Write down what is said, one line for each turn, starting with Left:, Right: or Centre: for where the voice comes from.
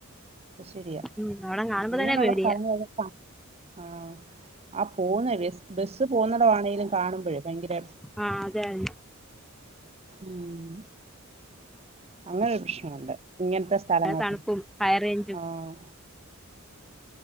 Right: അയ് ശെരിയാ.
Centre: ഉം അവിടം കാണുമ്പോ
Right: ഇങ്ങനെള്ള
Centre: തന്നെ പേടിയാ
Right: സ്ഥലങ്ങളെക്കാ താ ആഹ് ആഹ് പോന്ന ബെസ്സ് പോന്നടം ആണെലും കാണുമ്പോഴേ പയങ്കര
Centre: ആഹ് അതെന്നെ.
Right: ഉം അങ്ങാ പ്രേശ്നോണ്ട്. ഇങ്ങനത്തെ സ്ഥലങ്ങളാക്കെ.
Centre: തണുപ്പും ഹൈറേഞ്ചും
Right: ആഹ്